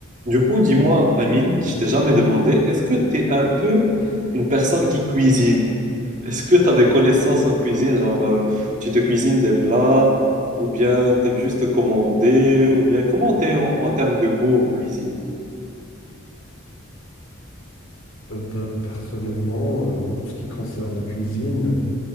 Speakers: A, on the right (about 40°); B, on the left (about 70°).
A: Du coup, dis-moi, Amine, je t'ai jamais demandé, est-ce que tu es un peu une personne qui cuisine? Est-ce que tu as des connaissances en cuisine? Genre, euh, tu te cuisines des plats, ou bien t'aimes juste commander, ou bien comment t'es en, en termes de goût en cuisine?
B: Euh, bah, personnellement, euh, en tout ce qui concerne la cuisine,